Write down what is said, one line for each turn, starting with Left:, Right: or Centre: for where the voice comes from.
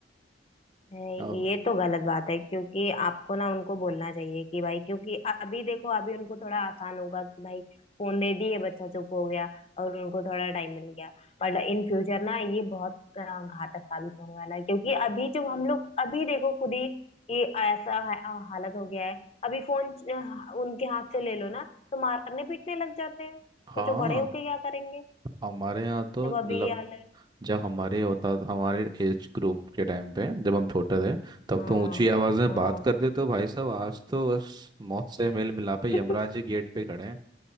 Left: नहीं
Right: अब
Left: ये तो गलत बात है क्योंकि आपको ना उनको बोलना चाहिए कि भाई क्योंकि अभी देखो अभी उनको थोड़ा आसान होगा कि भाई फोन दे दिए बच्चा चुप हो गया और उनको थोड़ा टाइम मिल गया पर इन फ्यूचर ना ये बहुत अ, घातक साबित होने वाला है क्योंकि अभी जो हम लोग अभी देखो खुद ही कि ऐसा हा- अ, हालत हो गया है अभी फोन अ, उनके हाथ से ले लो ना तो मारने पीटने लग जाते हैं सोचो
Right: हाँ
Left: बड़े होके क्या करेंगे
Right: हमारे यहाँ तो
Left: जब
Right: मतलब
Left: अभी ये हाल है
Right: जब हमारे होता हमारे एज ग्रुप के टाइम पे जब हम छोटे थे तब
Left: हाँ
Right: तो ऊंची आवाज में
Left: हाँ
Right: बात करते तो भाई साहब आज तो बस मौत से मेल मिलापे
Left: <laughs>
Right: यमराज जी गेट पे खड़े हैं